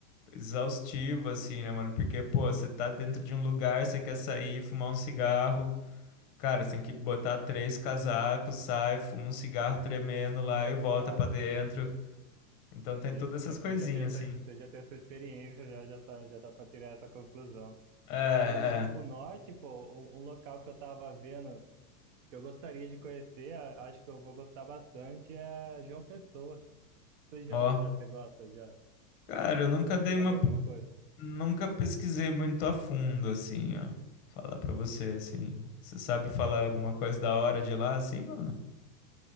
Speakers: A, on the left (about 40°); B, on the right (about 55°).
A: exaustivo, assim, né, mano? Porque, pô, você tá dentro de um lugar, você quer sair, fumar um cigarro. Cara, você tem que botar três casacos, sai, fuma um cigarro tremendo lá
B: complicado.
A: e volta pra dentro. Então tem
B: Sim.
A: todas essas
B: É que
A: coisinhas,
B: você já tem essa,
A: assim.
B: você já tem essa experiência, já, já tá, já dá pra tirar essa conclusão.
A: É, é.
B: Tava falando de ir pro norte, pô, um, um local que eu tava vendo, que eu gostaria de conhecer, a- acho que eu vou gostar bastante, é João Pessoa. Você já
A: Ó.
B: viu lá, você gosta? Já,
A: Cara, eu nunca
B: já,
A: dei
B: já
A: uma.
B: leu alguma coisa?
A: Nunca pesquisei muito a fundo, assim, ó. Falar pra você, assim. Você sabe falar
B: Aham.
A: alguma coisa da hora de lá, assim, mano?